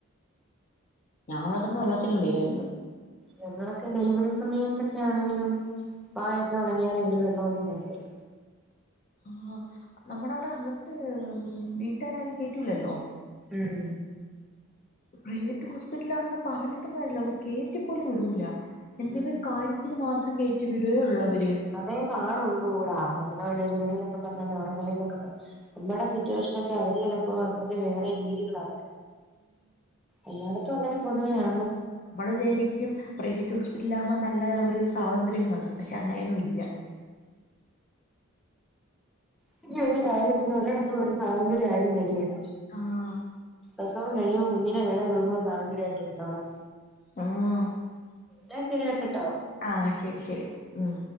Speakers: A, on the left; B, in the centre.
A: ഞാൻ വടെ കിടന്ന് വെള്ളത്തിന് വിളിയായിരുന്ന്
B: ഞങ്ങളൊക്കെ ഡെലിവറി സമയത്തൊക്കെ ആണെങ്കിലും വായൊക്കെ ഉണങ്ങിയാല് ഇവര് വെള്ളമൊന്നും തരത്തില്ല
A: ആഹ് നമ്മുടെ അവിടെ അകത്ത് വീട്ടുകാരാരും കേറ്റൂലല്ലോ
B: ഉം
A: പ്രൈവറ്റ് ഹോസ്പിറ്റലാണെന്ന് പറഞ്ഞിട്ടും കാരില്ല അവര് കേറ്റിപ്പോലും വിടൂല്ല എന്തെലും
B: ഉം
A: ഒരു കാര്യത്തിന് മാത്രം കേയറ്റി വിടുയേ ഉള്ളവര്
B: അതേ പാടുള്ളൂ ഡാ നമ്മള് ഡെലിവറിലൊക്കെ നോർമലിന്നൊക്കെ പറ നമ്മുടെ സിറ്റുവേഷന് ഒക്കെ അവര് ചിലപ്പോൾ അതൊക്കെ വേറെ രീതികളാ എല്ലായിടത്തും അങ്ങനെ പൊതുവേ ആ
A: മ്മള് വിചരിക്കും പ്രൈവറ്റ് ഹോസ്പി ല്ലാമ നല്ല ഒരു സ്വാതന്ത്ര്യം കാണുന്നു പക്ഷെ അങ്ങനെയൊന്നുല്ല
B: പിന്നെ ഒരു കാര്യത്തിനും <unintelligible> ആരും വേരുകേല
A: ആഹ്
B: അപ്പം കഴിയുമ്പോ കുഞ്ഞിനെ വേണങ്കിൽ കൊടുക്കുമ്പോ സ്വാതന്ത്ര്യമായിട്ട് എടുത്തോണം
A: ഉം
B: ട്ട ശരിയാകട്ടോ
A: ആ ശരി ശരി ഉം